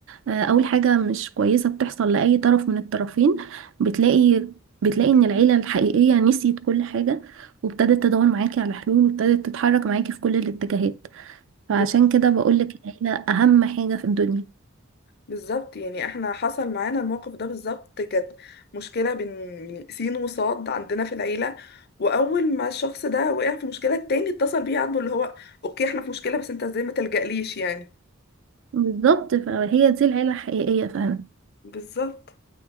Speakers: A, on the right; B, on the left.
A: آه، أول حاجة مش كويسة بتحصل لأي طرف من الطرفين بتلاقي بتلاقي إن العيلة الحقيقية نسيت كل حاجة وابتدت تدور معاكي على حلول وابتدت تتحرك معاكي في كل الاتجاهات فعشان
B: ب-
A: كده بقولك العيلة أهم حاجة في الدنيا
B: بالظبط يعني احنا حصل معانا الموقف ده بالظبط كانت مشكلة بين يعني سين وصاد عندنا في العيلة وأول ما الشخص ده وقع في مشكلة التاني اتصل بيه عاتبه اللي هو أوكي احنا في مشكلة بس أنت ازاي ما تلجأليش يعني
A: بالظبط فهي دي العيلة الحقيقية فعلا
B: بالظبط